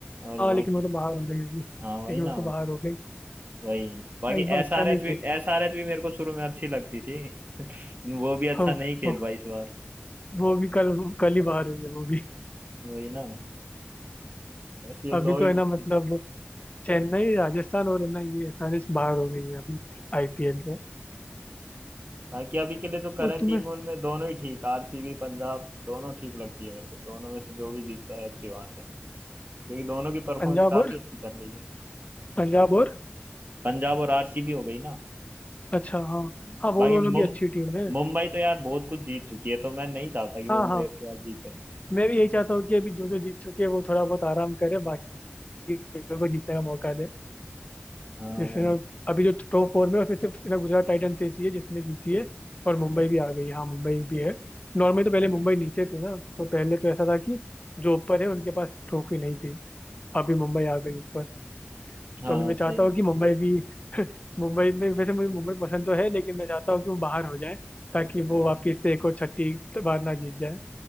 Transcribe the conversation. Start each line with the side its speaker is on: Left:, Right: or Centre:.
Right: और
Left: हाँ
Right: बाकी
Left: लेकिन वो तो बाहर हो गई अभी
Right: हाँ वही
Left: लेकिन
Right: ना
Left: वो तो बाहर हो गई
Right: वही
Left: हाँ,
Right: बाकी
Left: इस बार
Right: एस
Left: अच्छा
Right: आर
Left: नहीं
Right: एच
Left: खेली
Right: भी
Left: वो
Right: एस आर एच भी मेरे को शुरू में अच्छी लगती थी वो भी अच्छा
Left: हाँ,
Right: नहीं खेल
Left: वो
Right: पाई इस बार
Left: वो भी कल कल ही बाहर हुई है वो भी
Right: वही ना बस ये
Left: अभी
Right: दो
Left: तो
Right: ही
Left: है ना
Right: टीम
Left: मतलब
Right: थी
Left: चेन्नई राजस्थान और है ना ये एसआरएच बाहर हो गई है अभी आईपीएल से
Right: बाकी अभी के लिए तो करंट
Left: तो तुम्हें
Right: टीम उनमें दोनों ही ठीक आरसीबी पंजाब दोनों ठीक लगती है मेरे को दोनों में से जो भी जीतता है अच्छी बात है क्योंकि दोनों की परफॉर्मेंस
Left: पंजाब
Right: काफी
Left: और
Right: अच्छी चल रही है
Left: पंजाब और
Right: पंजाब और आरसीबी हो गई ना
Left: अच्छा हाँ
Right: हम्म।
Left: हाँ वो
Right: बाकी
Left: दोनों
Right: मुम
Left: भी अच्छी टीम है
Right: मुंबई तो यार बहुत कुछ जीत चुकी है तो मैं नहीं चाहता कि मुंबई
Left: हाँ हाँ
Right: अब क्या जीते
Left: मैं भी यही चाहता हूँ कि अभी जो जो जीत चुके हैं वो थोड़ा बहुत आराम करे बाकी लोगों को जीतने का मौका दे
Right: हाँ
Left: जिसमें
Right: वही
Left: ना अभी जो टॉप फोर में है, उसमें सिर्फ ना गुजरात टाइटंस ऐसी है जिसने जीती है और मुंबई भी आ गई है हाँ मुंबई भी है नॉर्मली तो पहले मुंबई नीचे थी ना तो पहले तो ऐसा था कि जो ऊपर है उनके पास ट्रॉफी नहीं थी अभी मुंबई आ गई ऊपर
Right: हाँ
Left: तो अभी मैं
Right: सही
Left: चाहता हूँ कि मुंबई भी <laughs> मुंबई में वैसे मुझे मुंबई पसंद तो है लेकिन मैं चाहता हूँ कि वो बाहर हो जाए ताकि वो वापस से एक और छठी बार ना जीत जाए